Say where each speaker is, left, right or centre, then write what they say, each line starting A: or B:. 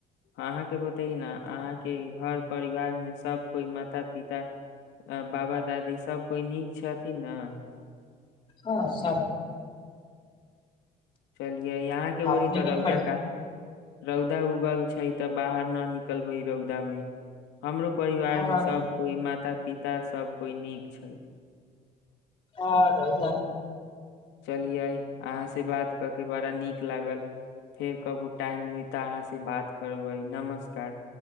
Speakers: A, on the left; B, on the left.
A: अहाँके ब ते अहाँके घर परिवार मे सब कोइ माता पिता बाबा दादी सब कोइ नीक छथिन ने
B: हँ स
A: चल य यहाँ के होरी
B: अपने
A: तऽ
B: के
A: रौदा
B: पढ़
A: का रौद उगल छै ते बाहर न निकल निकलबै रौदा मे हमरो परिवार में
B: और
A: सब कोई माता पिता सब कोइ नीक छै
B: आ रह त
A: चलियै अहाँ से बात क के बड़ा नीक लागल फेर कबो टाइम मिली तऽ अहाँ से बात करबै नमस्कार